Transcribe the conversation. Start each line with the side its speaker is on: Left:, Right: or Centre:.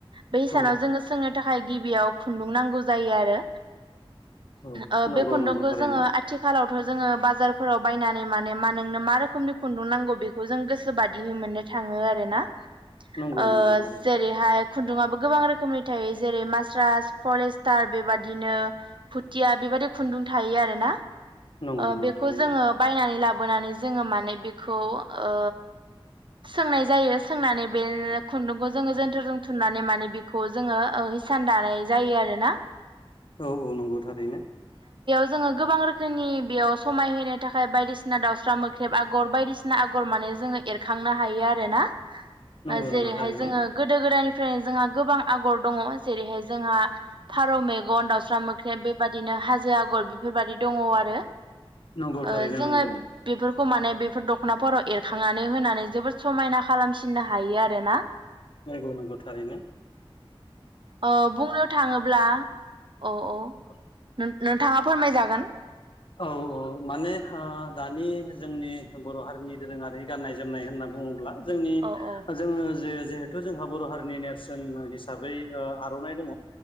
Right: बे हिसानाव
Left: औ
Right: जोङो सोंनो थाखाय गिबियाव खुन्दुं नांगौ जायो आरो।
Left: औ
Right: ओ‌बे
Left: नंगौ
Right: खुन्दुंखौ
Left: नंगौ थारैनो
Right: जोङो आथिखालावथ' जोङो बाज जारफोराव बायनानै माने मा नोंनो मा रोखोमनि खुन्दुं नांगौ बेखौ जों गोसोोबादिहै मोननो थाङो आरोना।
Left: नंगौ
Right: ओ
Left: नंगौ थारैनो
Right: जेरैहाय खुन्दुङाबो गोबां रोखोमनि थायो जेरै मास्रास फरेस्टार बेबादिनो। फुथिया बेबायदि खुन्दुं थायो आरोना ओ
Left: नंगौ नंगौ
Right: बेखौ
Left: थारैनो
Right: जोङो बायनानै लाब बोनानै जोङो माने बेखौ ओ सोंनाय जायो सोंनानै बे खुन्दुंखौ जोङो जोनथोरजों थुननानै माने बेखौ जोङो ओ हि सान दानाय जायो आरो ना।
Left: औ औ नंगौ थारैनो।
Right: जोङो गोबां रोखोमनि बेयाव समायहो थाखाय बायदिसिना दाउस्रा मोख्रेब आगर बायदिसिना आगर माने जोंङो एरखांनो हायो आरोना
Left: नंगौ
Right: जेरैहाय
Left: नंगौ थारैनो
Right: जोंङो गोदो गोदायनि फ्रायनो जोंहा गोबां आगर दङ जेरैहाय जोंहा फारौ मेगन दाउस्रा मोख ख्रेब बेबायादिनो हाजो आगर बेफोरबायदि दङ आरो
Left: नंगौ
Right: ओ
Left: थारैनो
Right: जोङो
Left: नंगौ
Right: बेफोर खौ माने बेफोर दख'नाफोराव एरखांनानै होनानै जोबोद समायना खालामफिननो हायो आरोना
Left: नंगौ नंगौ थारैनो
Right: ओ बुंनो थाङोब्ला अ अ।
Left: औ।
Right: नों नोंथाङा फोरमायजागोन।
Left: औ औ माने ओ दानि जोंनि बर' हारिनि दोरोङारि गाननाय जोमनाय होननाब बुङोब्ला जोंनि
Right: औ औ
Left: जोङो जे जिहेथु जोंहा बर' हारिनि नेरसोन हिसाबै आर'नाइ दङ।